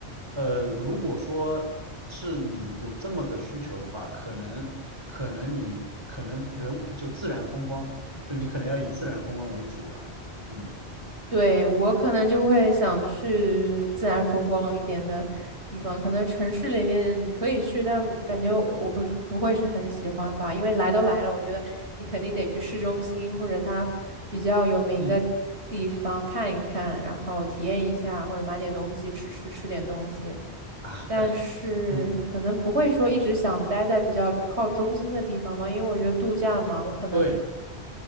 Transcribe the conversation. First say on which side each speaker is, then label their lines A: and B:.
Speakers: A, on the right; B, on the right.
A: 呃，如果说是你有这么个需求的话，可能可能你可能人就自然风光，就你可能要以自然风光为主了。嗯
B: 对，我可能就会想去自然风光一点的地方，可能城市里面你可以去，但感觉我不是不会是很喜欢吧，因为来都来了，我觉得你肯定得去市中心或者它比较有名的地方看一看，
A: 嗯
B: 然后体验一下，或者买点东西吃吃吃点东西。
A: 啊，
B: 但是可能不会说一直想待在比较靠中心的地方嘛，
A: 但是嗯，
B: 因为我觉得度假嘛，我可能
A: 对